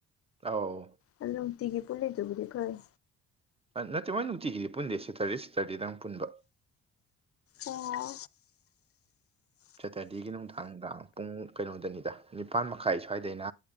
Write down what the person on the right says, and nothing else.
ꯑꯥꯎ
ꯅꯠꯇꯦ ꯃꯣꯏ ꯅꯨꯡꯇꯤꯒꯤꯗꯤ ꯄꯨꯟꯗꯦ ꯁꯦꯇꯔꯗꯦ ꯁꯦꯇꯔꯗꯦꯗꯪ ꯄꯨꯟꯕ
ꯁꯦꯇꯔꯗꯦꯒꯤ ꯅꯨꯡꯗꯥꯡꯗ ꯄꯨꯡ ꯀꯩꯅꯣꯗꯅꯤꯗ ꯅꯤꯄꯥꯥꯟ ꯃꯈꯥꯏ ꯁ꯭ꯋꯥꯏꯗꯩꯅ